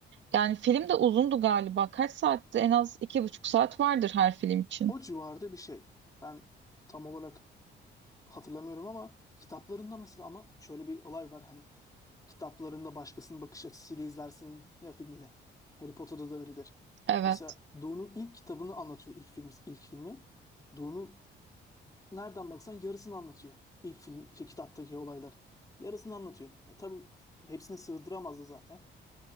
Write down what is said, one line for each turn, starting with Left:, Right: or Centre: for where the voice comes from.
Right: yani film de uzundu galiba. Kaç saatti? En az iki buçuk saat vardır her film için.
Left: O civarda bir şey. Ben tam olarak hatırlamıyorum ama kitaplarında mesela ama şöyle bir olay var hani Kitaplarında başkasının bakış açısıyla izlersin ya filmini. Harry Potter'da da öyledir.
Right: Evet,
Left: Mesela Dune'un ilk kitabını anlatıyor ilk film ilk filmi. Dune'un nereden baksan yarısını anlatıyor. İlk film şey, kitaptaki olayların. Yarısını anlatıyor. E tabii hepsini sığdıramazdı zaten.